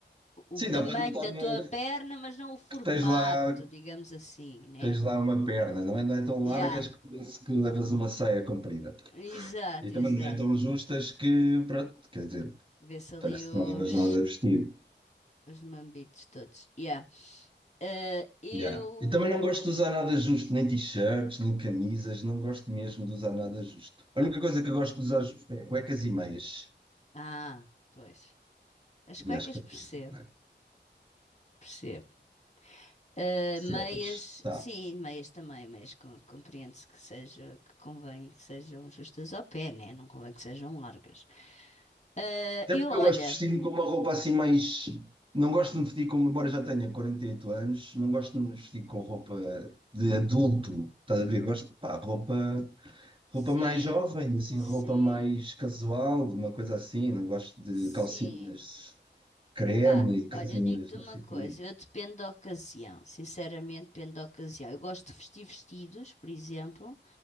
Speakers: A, on the right (about 30°); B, on the left (about 40°).
A: Sim,
B: o tamanho
A: dá para notar
B: da
A: né,
B: tua perna, mas não o formato,
A: que tens lá
B: digamos assim, né?
A: tens lá uma perna, não é, não é tão
B: Yeah,
A: largas que parece que levas uma saia comprida.
B: exato,
A: E também
B: exato.
A: não é tão justas que, pronto, quer dizer,
B: Vê-se ali
A: parece que não
B: os,
A: levas nada a vestir.
B: os mambitos todos. Yeah. Ah, eu.
A: Yeah. E também não gosto de usar nada justo, nem t-shirts, nem camisas, não gosto mesmo de usar nada justo. A única coisa que eu gosto de usar justo é cuecas e meias.
B: Ah, pois. As
A: E
B: cuecas
A: acho que faz
B: percebo,
A: giro, não é?
B: percebo. Uh,
A: Percebes?
B: meias,
A: Tá.
B: sim, meias também, meias com- compreende-se que seja, que convém que sejam justas ao pé, né? Não convém que sejam largas. Uh,
A: Até
B: eu,
A: porque
B: olha,
A: eu gosto de vestir-me com uma roupa assim mais. Não gosto de me vestir como, embora já tenha 48 anos, não gosto de me vestir com roupa de adulto, estás a ver? Gosto de pá, roupa, roupa
B: sim,
A: mais jovem, assim,
B: sim,
A: roupa mais casual, uma coisa assim. Não gosto de
B: sim.
A: calcinhas creme
B: Epá,
A: e calcinhas
B: olha, eu digo-te
A: não
B: uma
A: sei
B: coisa,
A: o quê.
B: eu dependo da ocasião, sinceramente dependo da ocasião. Eu gosto de vestir vestidos, por exemplo,